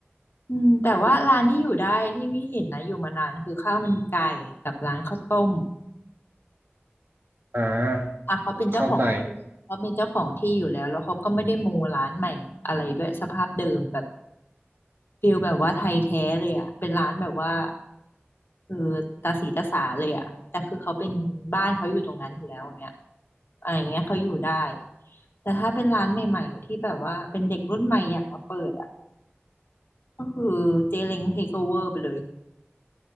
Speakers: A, on the left; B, on the right.
A: อืมแต่ว่าร้านที่อยู่ได้ที่พี่เห็นนะอยู่มานานคือข้าวมันไก่กับร้านข้าวต้ม
B: อ่า
A: อ่ะเขาเป็นเจ้าของ
B: เข้าใจ
A: เขาเป็นเจ้าของที่อยู่แล้วแล้วเขาก็ไม่ได้โมร้านใหม่อะไรด้วยสภาพเดิมแบบฟิลแบบว่าไทยแท้เลยอ่ะเป็นร้านแบบว่าเออตาสีตาสาเลยอ่ะแต่คือเขาเป็นบ้านเขาอยู่ตรงนั้นอยู่แล้วอย่างเงี้ยอะไรอย่างเงี้ยเขาอยู่ได้แต่ถ้าเป็นร้านใหม่ๆที่แบบว่าเป็นเด็กรุ่นใหม่อยากมาเปิดอ่ะก็คือเจเล้งเทคโอเวอร์ไปเลย